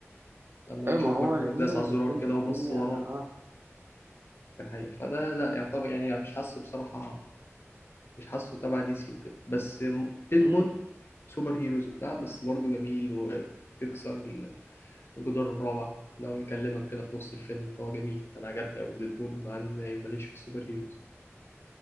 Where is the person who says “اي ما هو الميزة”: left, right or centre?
Right